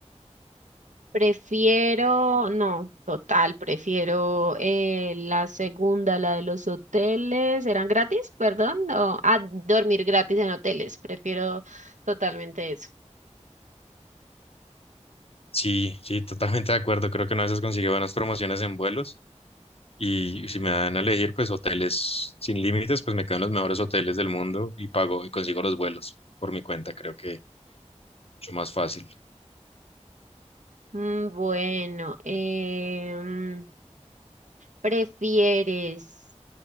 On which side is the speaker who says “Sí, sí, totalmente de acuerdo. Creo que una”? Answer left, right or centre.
Left